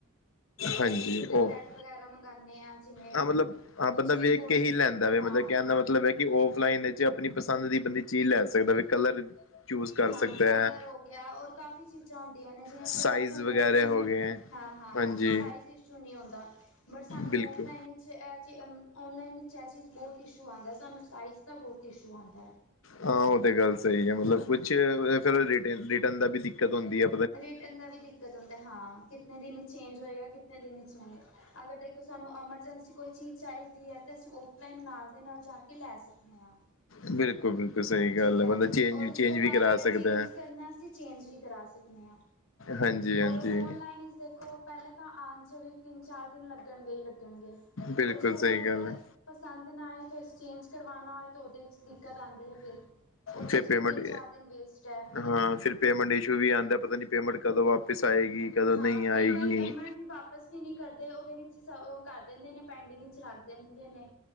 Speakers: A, on the left (about 80°); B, on the left (about 65°).
A: ਕਈ
B: ਹਾਂਜੀ
A: ਅਸੀਂ ਪ੍ਰੋਡੈਕਟ
B: ਉਹ
A: ਵਗੈਰਾ ਮੰਗਵਾਉਂਦੇ ਹਾਂ ਜਿਵੇਂ
B: ਹਾਂ ਮਤਲਬ ਹਾਂ
A: ਕੁਛ
B: ਬੰਦਾ
A: ਵੀ
B: ਵੇਖ
A: ਬੋਡੀ
B: ਕੇ ਹੀ ਲੈਂਦਾ ਵ
A: ਹਾਂ
B: ਮਤਲਬ ਕਹਿਣ ਦਾ ਮਤਲਬ ਹੈ ਕਿ ਔਫਲਾਈਨ ਆਪਣੀ ਪਸੰਦ ਦੀ ਬੰਦੀ ਚੀਜ਼ ਲੈ ਸਕਦਾ ਵੀ ਕਲਰ ਚੂਜ਼ ਕਰ
A: ਹਾਂ,
B: ਸਕਦਾ
A: ਕਲਰ
B: ਹੈ
A: ਹੋਗਿਆ ਔਰ ਕਾਫੀ ਚੀਜ਼ਾਂ ਹੁੰਦੀਆਂ ਨੇਂ ਜਿਵੇਂ
B: ਸਾਈਜ਼
A: ਪ੍ਰੋਡਕਟ ਹੁੰਦੇ
B: ਵਗੈਰਾ
A: ਨੇਂ ਅਸੀ
B: ਹੋ ਗਏ ਹੈ
A: ਹਾਂ ਹਾਂ
B: ਹਾਂਜੀ
A: ਹਾਂ, ਸਾਈਜ਼ ਇਸ਼ੂ ਨਈਂ ਔਂਦਾ ਬਟ ਸਾਨੂੰ
B: ਬਿਲਕੁਲ
A: ਉਹ ਔਫਲਾਈਨ ਵਿੱਚ ਇਹ ਚ ਏ ਚ ਅਂ ਔਨਲਾਈਨ ਵਿੱਚ ਇਹ ਚੀਜ਼ ਬਹੁਤ ਇਸ਼ੂ ਆਂਦਾ, ਸਾਨੂੰ ਸਾਈਜ਼ ਦਾ ਬਹੁਤ ਇਸ਼ੂ ਆਂਦਾ।
B: ਹਾਂ ਉਹ ਤੇ ਗੱਲ ਸਹੀ ਐ, ਮਤਲਬ ਕੁਛ ਫਿਰ ਰਿ ਰਿਟਰਨ ਦਾ ਵੀ ਦਿੱਕਤ ਹੁੰਦੀ ਐ।
A: ਰਿਟਰਨ ਦਾ ਵੀ ਦਿੱਕਤ ਹੁੰਦਾ ਹਾਂ। ਕਿ ਕਿਤਨੇ ਦਿਨ ਚੇਂਜ ਹੋਏਗਾ, ਕਿਤਨੇ ਦਿਨ ਚ ਨਈਂ, ਅਗਰ ਦੇਖੋ ਸਾਨੂੰ ਐਮਰਜੈਂਸੀ ਕੋਈ ਚੀਜ਼ ਚਾਹੀਦੀ ਐ ਤਾਂ ਅਸੀਂ ਔਫ ਲਾਇਣ ਨਾਲ ਦੇ ਨਾਲ ਜਾ ਕੇ ਲੈ ਸਕਣੇ ਆਂ।
B: ਬਿਲਕੁਲ ਬਿਲਕੁਲ। ਸਹੀ
A: ਠੀਕ
B: ਗੱਲ
A: ਐ,
B: ਹੈ ਬੰਦਾ ਚੇਂਜ
A: ਔਰ
B: ਵੀ
A: ਉਸ
B: ਚੇਂਜ
A: ਤੋਂ
B: ਵੀ
A: ਬਾਅਦ
B: ਕਰਾ
A: ਅਗਰ
B: ਸਕਦਾ
A: ਚੇਂਜ
B: ਹੈ
A: ਕਰਨਾ, ਅਸੀਂ ਚੇਂਜ ਵੀ ਕਰਾ ਸਕਦੇ ਆਂ।
B: ਹਾਂਜੀ। ਹਾਂਜੀ
A: ਔਰ ਔਨਲਾਈਨ ਇਸ ਦੇਖੋ ਪਹਿਲੇ ਤਾਂ ਆਉਣ ਚ ਵੀ ਤਿੰਨ-ਚਾਰ ਦਿਨ ਲੱਗਣਗੇ ਹੀ ਲੱਗਣਗੇ।
B: ਬਿਲਕੁਲ
A: ਔਰ ਉਸ ਤੋਂ
B: ਸਹੀ
A: ਬਾਅਦ ਅਗਰ
B: ਗੱਲ ਹੈ
A: ਪਸੰਦ ਨਾਂ ਆਏ, ਤੇਕਸਚੇਂਜ ਕਰਵਾਣਾ ਹੋਏ ਤੇ ਉਹਦੇ ਚ ਦਿੱਕਤ ਆਂਦੀ ਆ ਫਿਰ ਉਹਦੇ
B: ਫਿਰ
A: ਚ
B: ਪੇਮੈਂਟ
A: ਵੀ ਤਿੰਨ-ਚਾਰ ਦਿਨ ਵੇਸਟ ਐ।
B: ਹਾਂ ਫਿਰ ਪੇਮੈਂਟ ਇਸ਼ੂ ਵੀ ਆਂਦਾ, ਪਤਾ ਨੀਂ ਪੇਮੈਂਟ ਕਦੋਂ ਵਾਪਿਸ ਆਏਗੀ, ਕਦੋਂ
A: ਹਾਂ
B: ਨਹੀਂ ਆਏਗੀ।
A: ਕਈ ਵਾਰ ਪੇਮੈਂਟ ਵਾਪਸ ਵੀ ਨਈਂ ਕਰਦੇ, ਉਹਦੇ ਵਿੱਚ ਈ ਸ ਉਹ ਕਰ ਦਿੰਦੇ ਨੇਂ ਪੈਂਡਿੰਗ ਵਿੱਚ ਰੱਖ ਦਿੰਦੇ ਨੇਂ।